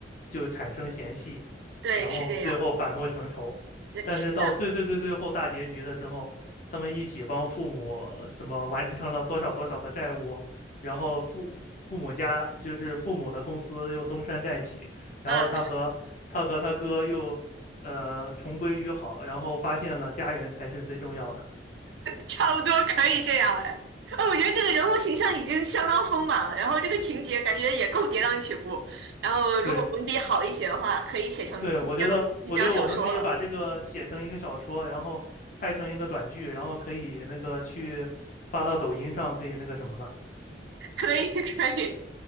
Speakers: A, on the left (about 50°); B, on the right (about 75°).
A: 就产生嫌隙，
B: 对，
A: 然后最后反目成仇，
B: 是这样，对，
A: 但是到最最最最后大结局的时候，
B: 那，
A: 他们一起帮父母什么完成了多少多少的债务。然后父父母家就是父母的公司又东山再起，然后他和他和他哥又呃重归于好，
B: 嗯。
A: 然后发现了家人才是最重要的。
B: 差不多可以这样哎。哦我觉得这个人物形象已经相当丰满了，然后这个情节感觉也够跌宕起伏。然后如果文笔好一些的话，
A: 对
B: 可以写成晋江晋江小说了。
A: 对，我觉得我觉得我们可以把这个写成一个小说，然后拍成一个短剧，然后可以那个去发到抖音上，可以那个什么了。
B: 可以可以。